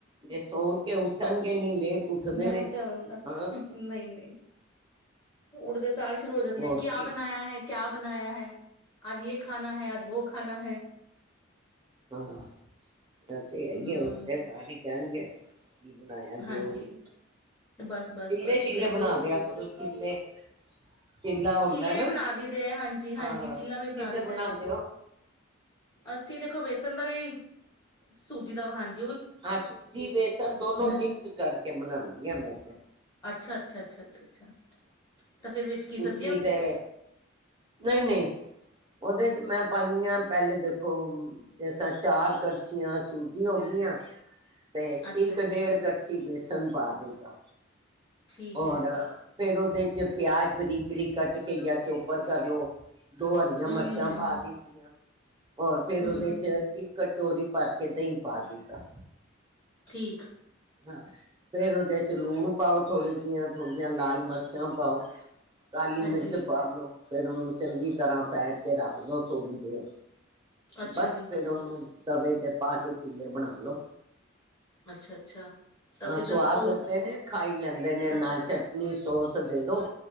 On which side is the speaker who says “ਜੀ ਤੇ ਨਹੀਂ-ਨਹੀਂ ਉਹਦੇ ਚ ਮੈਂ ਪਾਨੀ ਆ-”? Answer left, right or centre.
Right